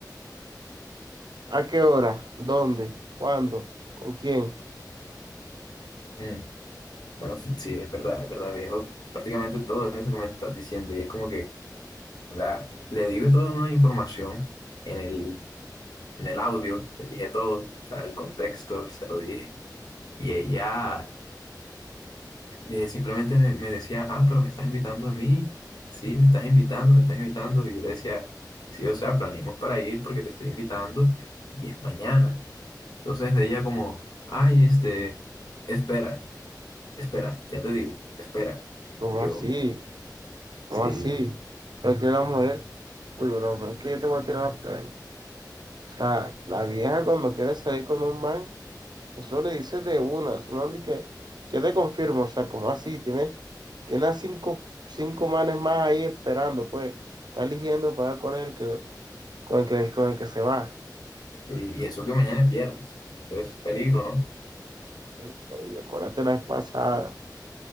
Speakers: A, on the right; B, on the left.
A: ¿A qué hora? ¿Dónde? ¿Cuándo? ¿Con quién?
B: Mm, Bueno, <laughs> sí, es verdad, es verdad, me dijo prácticamente todo eso que me estás diciendo y es como que, o sea, le dije toda una información en el, en el audio, le dije todo, o sea, el contexto, se lo dije y ella... eh, simplemente me, me decía, ah, pero me estás invitando a mí, sí, me estás invitando, me estás invitando. Y yo le decía, sí, o sea, planeamos para ir porque te estoy invitando y es mañana. Entonces ella como, ay, este, espera, espera, ya te digo, espera.
A: ¿Cómo
B: Yo,
A: así? ¿Cómo
B: sí,
A: así? ¿Por qué la mujer? Uy, bro, pero es que yo te voy a tirar la plana. O sea, la vieja cuando quiere salir con un man. Eso le dice de una, eso no anda y que yo te confirmo, o sea, como así, tiene, tiene a cinco, cinco manes más ahí esperando, pues, está eligiendo para ver cuál es el que, con el que, con el que se va.
B: y, y eso que mañana es viernes, eso es peligro, ¿no?
A: Oye, oye, acuérdate la vez pasada,